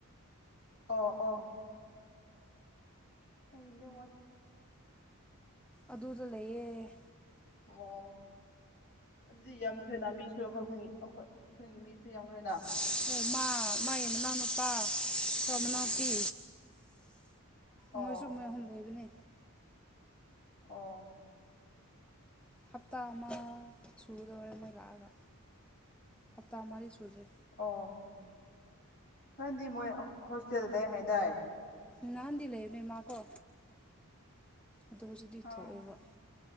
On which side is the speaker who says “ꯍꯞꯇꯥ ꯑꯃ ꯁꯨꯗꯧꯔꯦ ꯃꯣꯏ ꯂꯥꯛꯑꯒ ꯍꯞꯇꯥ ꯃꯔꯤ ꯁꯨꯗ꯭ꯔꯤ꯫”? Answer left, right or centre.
Centre